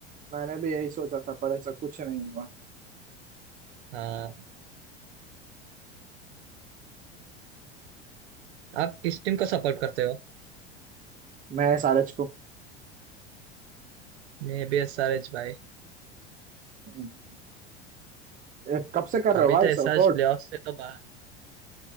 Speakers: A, on the right; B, on the right.
A: मैंने भी यही सोचा था पर ऐसा कुछ नहीं हुआ
B: हाँ आप किस टीम को सपोर्ट करते हो
A: मैं सारे को
B: मैं भी एसआरएच भाई
A: हम्म, ए, कब से कर रहे
B: अभी
A: हो भाई
B: तो एसआरएच
A: सपोर्ट
B: प्लेऑफ से तो बाहर